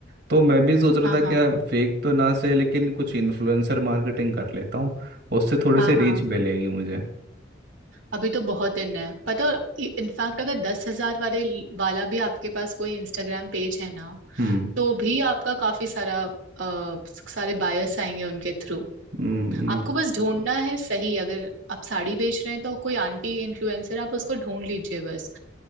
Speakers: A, on the right; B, on the right.
A: तो मैं भी सोच रहा
B: हाँ
A: था
B: हाँ
A: क्या फेक तो ना से लेकिन कुछ इन्फ्लुएंसर मार्केटिंग कर लेता हूँ उससे थोड़े
B: हाँ
A: से रीच
B: हाँ
A: मिलेगी मुझे
B: अभी तो बहुत इन है पता इनफैक्ट अगर दस हजार वाले वाला भी आपके पास कोई इंस्टाग्राम पेज है ना
A: हम्म
B: तो भी आपका काफी सारा अ, सारे बायर्स आएंगे उनके थ्रू
A: हम्म
B: आपको बस ढूंढना है सही अगर आप साड़ी बेच रहे हैं तो कोई आंटी इन्फ्लुएंसर आप उसको ढूंढ लीजिए बस